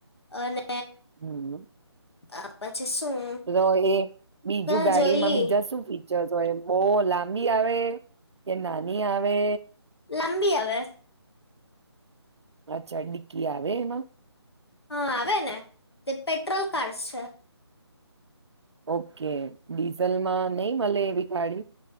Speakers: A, on the left; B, on the right.
A: અને
B: હમ્મ.
A: પછી શું
B: તો એ, બીજું
A: ના
B: ગાડી
A: જોયલી
B: માં બીજા શું ફી તો એ બહ લાંબી આવે. કે નાની આવે.
A: લંબી આવેે.
B: અચ્છા નકી આવે એમાં?
A: હા આવે, ને તે પેટ્રોલ કારસ છે.
B: ઓકે. ડીઝલમાં નહીં મલે એવી ગાડી?